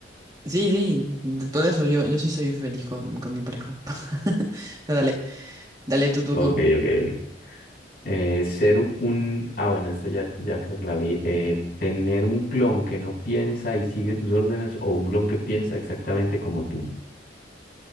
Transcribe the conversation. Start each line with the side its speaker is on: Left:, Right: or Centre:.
Right: Sí, sí, de todo eso yo, yo sí soy feliz con, con mi pareja. <laughs> Pero Dale, dale tu turno.
Left: Ok, ok, ok. Eh, ser un... Ah, bueno, esta ya, ya creo que la vi. Eh, tener un clon que no piensa y sigue tus órdenes o un clon que piensa exactamente como tú.